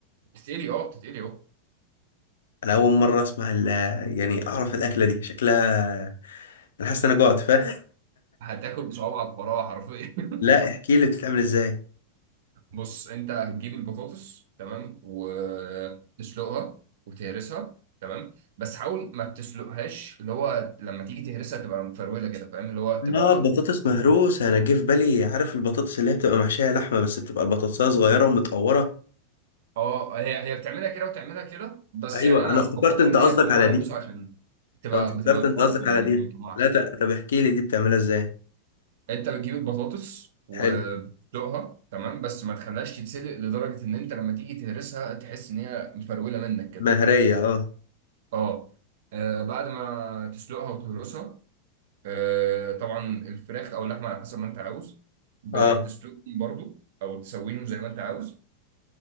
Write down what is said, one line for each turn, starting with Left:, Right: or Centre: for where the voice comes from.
Right: بتتقلي اه بتتقلي اهو
Left: انا اول مره اسمع ال- يعني اعرف الاكله دي شكلها انا حاسس ان انا جوعت فاهم
Right: هتاكل بصوابعك وراها حرفيا
Left: <laughs>
Right: <laughs>
Left: لا احكي لي بتتعمل ازاي
Right: بص انت هتجيب البطاطس تمام وتسلقها وتهرسها تمام بس حاول ما تسلقهاش اللي هو لما تيجي تهرسها تبقى مفروله كده فاهم اللي هو تبقى
Left: اه بطاطس مهروسة انا جه في بالي عارف البطاطس اللي هي بتبقى محشية لحمة بس بتبقى البطاطساية صغيرة ومتقورة
Right: اه هي هي بتعملها كده وتعملها كده بس
Left: ايوه
Right: يعني انا
Left: انا افتكرت
Right: بفضل
Left: انت
Right: ان
Left: قصدك
Right: هي تكون
Left: على
Right: مهروسه
Left: دي
Right: عشان تبقى
Left: انا افتكرت
Right: بتبقى
Left: انت
Right: افضل
Left: قصدك على
Right: يعني
Left: دي
Right: ما تطلعش
Left: لا ت- طب احكي لي دي بتعملها ازاي
Right: انت بتجيب البطاطس وبتسلقها
Left: حلو
Right: تمام بس ما تخليهاش تتسلق لدرجه ان انت لما تيجي تهرسها تحس ان هي مفروله منك كده
Left: مهرية
Right: تمام
Left: اه
Right: اه آه، بعد ما تسلقها وتهرسها آه طبعا الفراخ او اللحمه على حسب ما انت عاوز بتسلقهم
Left: اه
Right: برضو او تسويهم زي ما انت عاوز